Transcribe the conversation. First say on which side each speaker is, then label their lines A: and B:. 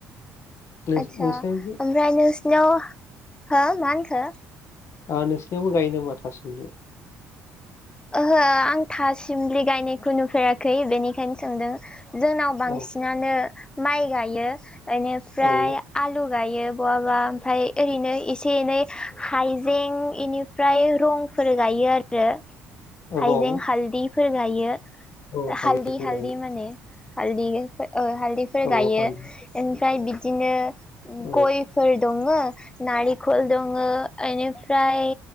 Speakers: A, on the left; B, on the left.
A: नोंसिनि
B: आस्सा ओमफ्राय नोंसिनाव, हो मा होनखो?
A: ओ नोंसिनिनाबो गायनो नाम मा थासमलि?
B: ओहो आं था सिमलि गायनायखौ नुफेराखै बेनिखायनो सोंदों जोंनाव बां
A: औ
B: सिनानो माइ गायो बेनिफ्राय
A: औ
B: आलु गायो। बहाबा ओमफ्राय ओरैनो ए एसे एनै हाइजें बेनिफ्राय रंफोर गायो आरो। हाइजें
A: रं
B: हालददिफोर गायो
A: औ हालिफोर
B: हालददि हालददि
A: गायो
B: माने हालदै ओ हालदैफोर
A: औ
B: गायो
A: हालि
B: ओमफ्राय बिदिनो
A: औ
B: गय फोर दङो नारिखल दङो इनिफ्राय